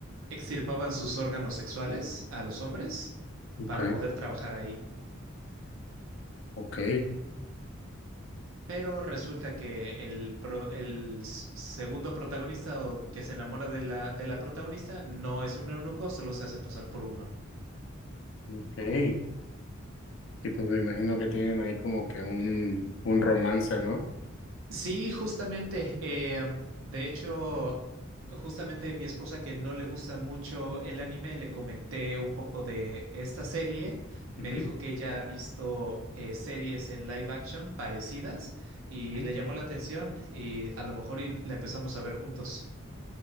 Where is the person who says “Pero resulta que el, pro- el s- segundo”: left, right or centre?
Right